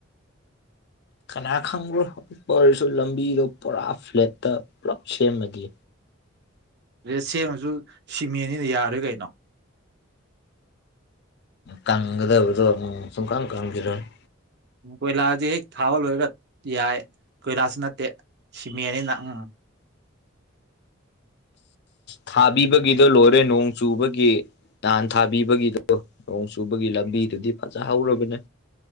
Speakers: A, on the left; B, on the right.
A: ꯀꯅꯥ ꯈꯪꯕ꯭ꯔꯣ ꯈ ꯑꯣꯏꯔꯁꯨ ꯂꯝꯕꯤꯗꯣ ꯄꯨꯔꯥ ꯐ꯭ꯂꯦꯠꯇ ꯄꯨꯂꯞ ꯁꯦꯝꯃꯗꯤ꯫
B: ꯔꯦ ꯁꯦꯝꯃꯁꯨ ꯁꯤꯃꯦꯟꯅꯤꯅ ꯌꯥꯔꯣꯏ ꯀꯩꯅꯣ꯫
A: ꯀꯪꯒꯗꯕꯗꯣ ꯑꯃ ꯁꯨꯡꯀꯪ ꯀꯪꯒꯤꯗꯕꯅꯤ꯫
B: ꯎ ꯀꯣꯏꯂꯥꯁꯥꯁ ꯍꯦꯛ ꯊꯥꯕ ꯂꯣꯏꯔꯒ ꯌꯥꯏ ꯀꯣꯏꯂꯥꯁꯁꯨ ꯅꯠꯇꯦ ꯁꯤꯃꯦꯦꯟꯅꯤꯅ ꯎꯝ
A: ꯊꯥꯕꯤꯕꯒꯤꯗꯣ ꯂꯣꯏꯔꯦ ꯅꯣꯡ ꯆꯨꯕꯒꯤ꯫ ꯅꯍꯥꯟ ꯊꯥꯕꯤꯕꯒꯤꯗꯣ ꯅꯣꯡ ꯆꯨꯕꯒꯤ ꯂꯝꯕꯤꯗꯨꯗꯤ ꯐꯖꯍꯔꯕꯅꯦ꯫